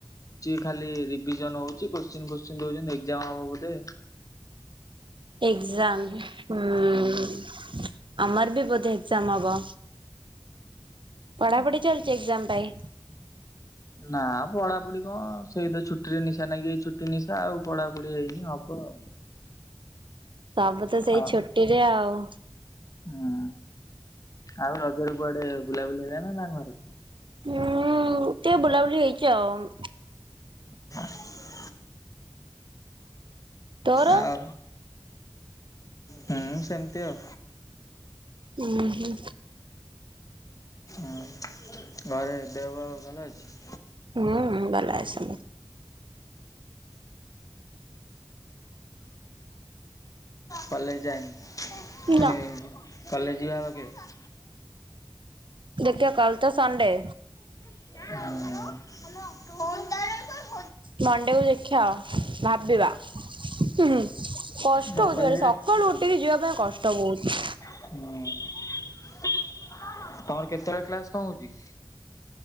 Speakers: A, on the left; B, on the right.
A: ଖାଲି ରିଭିଜନ ହଉଛି କୋତ୍ସିନ୍ ଫୋତ୍ସିନ ଦଉଛନ୍ତି ଏକ୍ସଜାମ୍ ହବ ବୋଧେ।
B: ଏକ୍ସଜାମ ହଁ।
A: ହୁଁ।
B: ଆମର ବି ବୋଧେ ଏକ୍ସଜାମ୍ ହବ ପଢାପଢି ଚାଲିଛି ଏକ୍ସଜାମ୍ ପାଇଁ।
A: ନା ପଢାପଢି କଣ ସେଇ ତ ଛୁଟି ରେ ନିଶା ନାଗିଛି ଛୁଟି ନିଶା ଆଉ। ପଢାପଢି ହେଇନି ହବ ଆଉ।
B: ସବୁ ତ ସେଇ
A: ଆଉ
B: ଛୁଟିରେ ଆଉ।
A: ହୁଁ ଆଉ ରଜରେ କୁଆଡେ ବୁଲାବୁଲି ହେଲା ନା ନା ଘରେ?
B: ହୁଁ ତ ବୁଲାବୁଲି ହେଇଛି ଆଉ।
A: <unintelligible>
B: ତୋର?
A: ଆଉ ହୁଁ ସେମିତି ଆଉ।
B: ହୁଁ ହୁଁ।
A: ଆଉ ଘରେ ଦେହ ପାହା ଭଲ ଅଛି?
B: ହୁଁ ଭଲ ଅଛନ୍ତି।
A: କଲେଜ ଯାଇନି ପୁଣି
B: ନା
A: କଲେଜ ଯିବା କେବେ?
B: ଦେଖିବା କାଲି ତ ସଣ୍ତେ।
A: ହୁଁ। <inaudible>
B: ମଣ୍ଡେକୁ ଦେଖିବା ଆଉ। ଭାବିବା କଷ୍ଟ
A: ତମ
B: ହଉଛି
A: କଲେଜରେ
B: ଭାରି ସକାଳୁ ଉଠ କି ଯିବା ପାଇଁ କଷ୍ଟ ବହୁତ।
A: ହୁଁ ତମର କେତେବେଳେ କ୍ଲାସ୍ କଣ ହଉଛି?